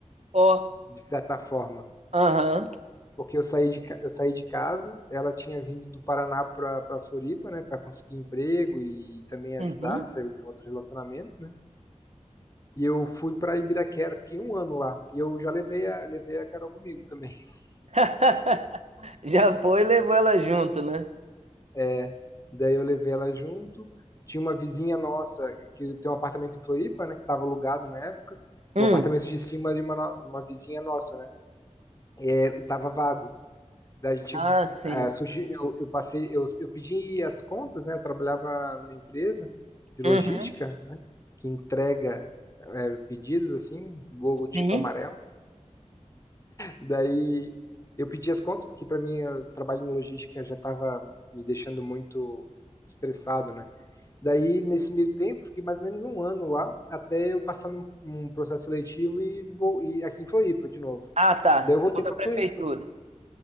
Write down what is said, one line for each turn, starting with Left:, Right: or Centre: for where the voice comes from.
Right: Ó.
Left: de certa forma.
Right: Aham.
Left: porque eu saí de, ca- eu saí de casa, ela tinha vindo do Paraná para para Floripa, né, para conseguir emprego e também
Right: Uhum.
Left: ajudar, saiu de um outro relacionamento, né? E eu fui para Ibiraquera, fiquei um ano lá. E eu já levei a, levei a Carol comigo também. <laughs>
Right: <laughs> Já foi e levou ela junto, né?
Left: É, daí eu levei ela junto. Tinha uma vizinha nossa que tem um apartamento em Floripa, né, que estava alugado na época.
Right: Hum.
Left: O apartamento de cima de uma, no- uma vizinha nossa, né? Ele tava vago. a gente
Right: Ah, sim.
Left: é, surgiu, eu, eu passei, eu, eu pedi as contas, né? Eu trabalhava numa empresa de logística
Right: Uhum.
Left: que entrega é, pedidos assim, logotipo
Right: Sim.
Left: amarelo. Daí eu pedi as contas porque para mim o trabalho em logística já estava me deixando muito estressado, né? Daí nesse meio tempo fiquei mais ou menos um ano lá até eu passar num, num processo seletivo e vou e aqui em Floripa de novo.
Right: Ah, tá.
Left: Daí eu voltei
Right: É o da
Left: para
Right: prefeitura.
Left: Floripa,